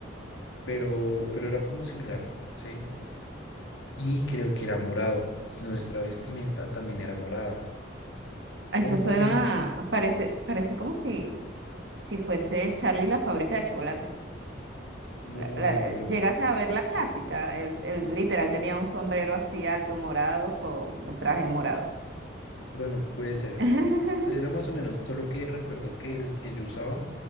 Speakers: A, on the left; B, on the right.
A: pero, pero era como similar. Sí. y creo que era morado y nuestra vestimenta también era morada.
B: Eso
A: El
B: suena,
A: baile,
B: parece, parece como si, si fuese Charlie la fábrica de chocolate.
A: no,
B: la- la- eh,
A: pero
B: llegaste a ver la clásica. El, el literal tenía un sombrero así alto morado con un traje morado.
A: bueno, puede ser.
B: <laughs>
A: Era más o menos, solo que recuerdo que el que yo usaba